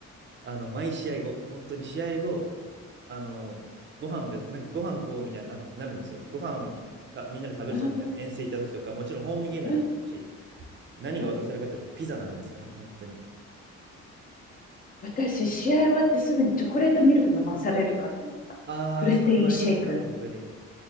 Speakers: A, on the right; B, on the left.
A: あの、毎試合後、本当に試合後、あの、ご飯が、なんかご飯食おうみたいにな、なるんですよ。ご飯た、みんなで食べるぞみたいな遠征行った時とか、
B: うん、
A: もちろんホームゲームでもそうだし、
B: うん、
A: 何が渡せるかというとピザなんですよね、
B: うん。
A: 本当に。
B: 私、試合終わってすぐにチョコレートミルク飲まされるかと思った。
A: ああ、
B: プロテインシェイク。
A: それもありました、本当に。